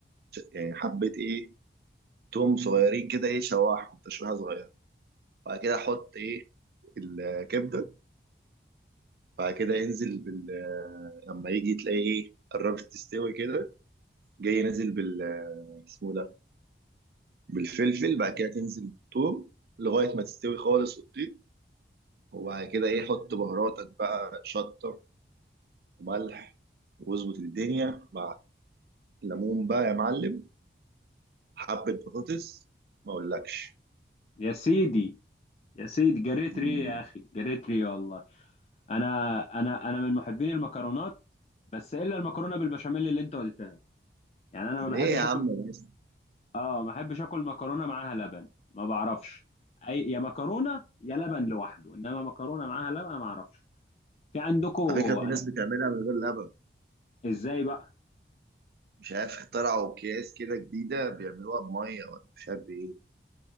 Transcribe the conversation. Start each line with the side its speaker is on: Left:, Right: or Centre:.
Right: يعني حبه ايه توم صغيرين كده ايه شوحهم تشويحه صغيره بعد كده حط ايه الكبده بعد كده انزل بال آه، لما يجي تلاقي ايه قربت تستوي كده جاي نازل بال آه، اسمه ده بالفلفل بعد كده تنزل بالثوم لغايه ما تستوي خالص وتطيب وبعد كده ايه حط بهاراتك بقى شطه وملح واظبط الدنيا مع ليمون بقى يا معلم حبة بطاطس ما اقولكش
Left: يا سيدي يا سيدي جريت
Right: مم.
Left: ريه يا اخي جريت ريه والله انا انا انا من محبين المكرونات بس الا المكرونه بالبشاميل اللي انت قلتها يعني انا ما
Right: ليه
Left: بحبش
Right: يا عم
Left: اكل
Right: بس
Left: اه ما بحبش اكل مكرونه معاها لبن ما بعرفش اي يا مكرونه يا لبن لوحده انما مكرونه معاها لبن ما اعرفش في عندكم
Right: على فكرة في
Left: انا
Right: ناس بتعملها من غير لبن
Left: ازاي بقى
Right: مش عارف اخترعوا اكياس كده جديدة بيعملوها بمية ولا مش عارف ايه